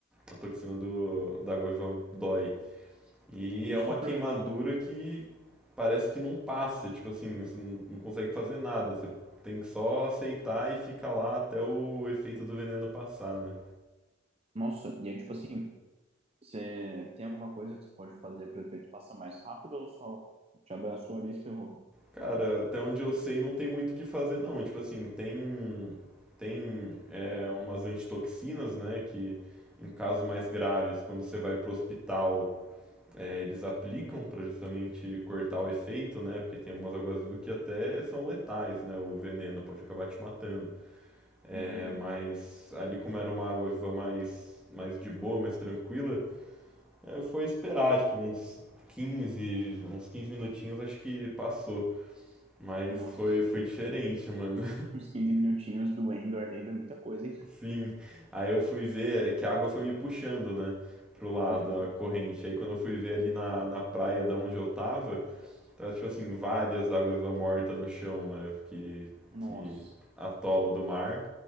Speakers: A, in the centre; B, on the right.
A: a toxina do, da goiva dói. E
B: Isso
A: é uma
B: que eu ia
A: queimadura
B: perguntar.
A: que parece que não passa, tipo assim, você não, não consegue fazer nada. Você tem que só aceitar e ficar lá até o efeito do veneno passar, né?
B: Nossa, e aí, tipo assim, você tem alguma coisa que você pode fazer para o efeito passar mais rápido ou só te abraçou ali e se ferrou?
A: Cara, até onde eu sei, não tem muito o que fazer, não. Tipo assim, tem, tem é, umas antitoxinas, né, que em casos mais graves, quando você vai pro hospital, é, eles aplicam para justamente cortar o efeito, né, porque tem algumas aguazilas que até são letais, né, o veneno pode acabar te matando. É,
B: Uhum.
A: mas ali, como era uma água-viva mais, mais de boa, mais tranquila, é, foi esperar, tipo, uns quinze uns 15 minutinhos, acho que passou. Mas
B: Nossa,
A: foi, foi diferente, mano.
B: <laughs> uns 15 minutinhos doendo, ardendo é muita coisa, hein?
A: <laughs> Sim. Aí eu fui ver que a água foi me puxando, né? Pro lado,
B: Uhum.
A: a corrente. Aí quando eu fui ver ali na, na praia da onde eu tava, tava tipo assim, várias águas viva morta no chão, né? Que,
B: Nossa,
A: que atola do mar.